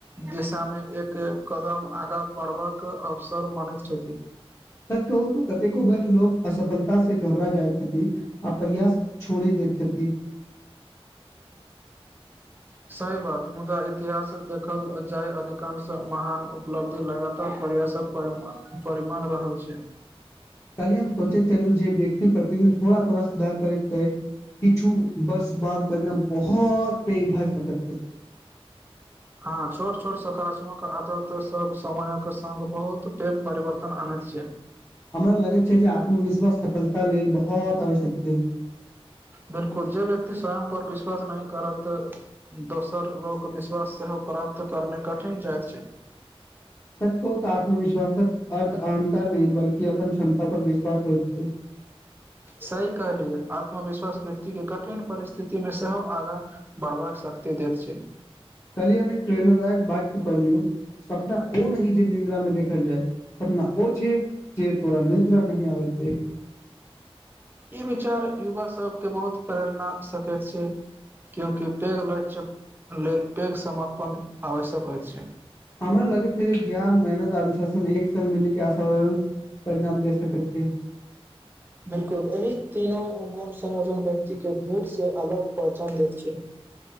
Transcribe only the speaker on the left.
सच कहू तो कतेको बेर लोग असफलता से घबरा जाय छथि आ प्रयास छोड़ि दैत छथि।
कल्हि हम सोचैत छलू जे व्यक्ति प्रतिदिन थोड़ा-थोड़ा सुधार करतै किछु वर्ष बाद परिणाम बहोत पैघ भ सकैत छै।
हमरा लगैत छै जे, आत्मविश्वास सफलता लेल बहुत आवश्यक छै।
सच कहू तऽ आत्मविश्वासक अर्थ अहंकार नै बल्कि अपन क्षमता पर विश्वास होय छै।
कल्हि हम एक प्रेरणादायक वाक्य पढ़ लियौ सपना ओ नहि जे निद्रा में देखल जाय, सपना ओ छै जे तोरा निद्रा नहि आबे दे।
हमरा लगैत छै जे ज्ञान, मेहनत, अनुशासन एक संग मिल के असाधारण परिणाम दे सकैत छै।